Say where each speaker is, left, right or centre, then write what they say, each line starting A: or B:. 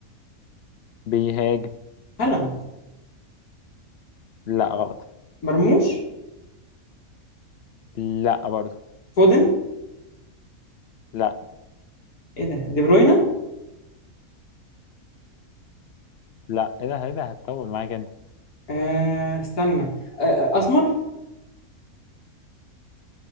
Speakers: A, on the left; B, on the left.
A: بيهاجم
B: هالاند
A: لا غلط
B: مرموش
A: لا برضو
B: فودن
A: لا
B: إيه ده دي بروينا
A: لا ايه ده ايه ده هتطول معاك انت
B: آه... استنى آه... آه، أسمر